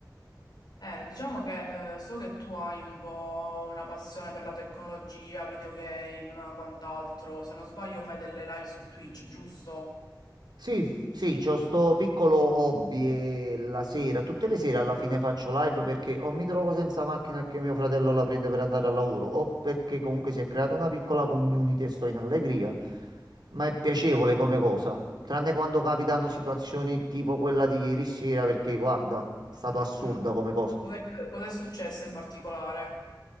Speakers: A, on the left (about 65°); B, on the right (about 75°).
A: Eh, diciamo che eh, so che tu hai un po' una passione per la tecnologia, videogame, quant'altro. Se non sbaglio fai delle live su Twitch, giusto?
B: Sì, sì, c'ho sto piccolo hobby e la sera, tutte le sere alla fine faccio live perché o mi trovo senza macchina e che mio fratello la prende per andare al lavoro, o perché comunque si è creata una piccola community e sto in allegria, ma è piacevole
A: Mm,
B: come cosa, tranne quando capitano situazioni tipo quella di ieri sera perché guarda, è stato assurda
A: mm.
B: come cosa.
A: Cos'è cos'è successo in particolare?